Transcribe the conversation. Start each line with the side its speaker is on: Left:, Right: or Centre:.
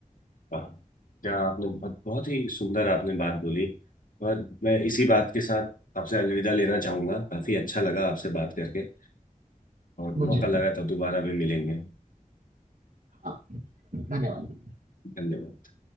Left: वाह क्या आपने बहुत बहुत ही सुंदर आपने बात बोली और मैं इसी बात के साथ आपसे अलविदा लेना चाहूंगा काफी अच्छा लगा आपसे बात करके और
Right: मुझे
Left: मौका लगा तब दोबारा भी मिलेंगे
Right: हाँ धन्यवाद
Left: धन्यवाद